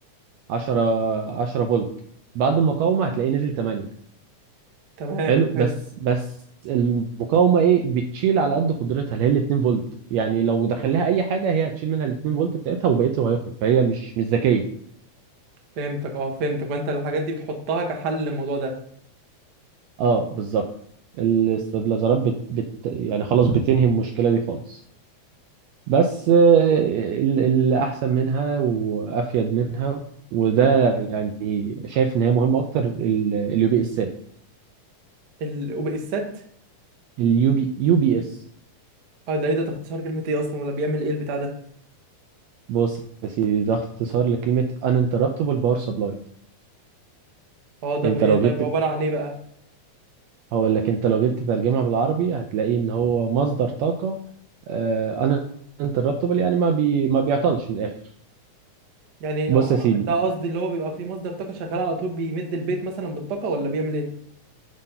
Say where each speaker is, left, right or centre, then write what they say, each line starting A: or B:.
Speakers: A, on the right; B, on the right.
A: 10 10 فولت بعد المقاومه هتلاقيه نزل 8
B: تمام
A: حلو بس
B: حلو
A: بس المقاومه ايه بتشيل على قد قدرتها اللي هي ال 2 فولت يعني لو دخل لها اي حاجه هي هتشيل منها ال 2 فولت بتاعتها وبقيته هيخرج فهي مش مش ذكيه
B: فهمتك اه فهمتك فانت الحاجات دي بتحطها كحل للموضوع ده
A: اه بالظبط الاستابلايزرات بت... بت... يعني خلاص بتنهي المشكله دي خالص بس آه، ال- اللي احسن منها وافيد منها وده يعني شايف ان هي مهمه اكتر اليو بي اسات
B: ال... وبقى الست
A: اليو بي يو بي اس
B: اه ده ايه ده ده اختصار كلمه ايه اصلا ولا بيعمل ايه البتاع ده
A: بص يا سيدي ده اختصار لكلمه uninterruptible power supply
B: اه ده
A: انت
B: بايه
A: لو جيت
B: ده عباره عن ايه بقى
A: هقول لك انت لو جيت تترجمها بالعربي هتلاقي ان هو مصدر طاقه آه، uninterruptible يعني ما بي ما بيعطلش من الاخر
B: يعني
A: بص يا سيدي
B: ده قصدي اللي هو بيبقى فيه مصدر طاقة شغال على طول بيمد البيت مثلا بالطاقة ولا بيعمل ايه؟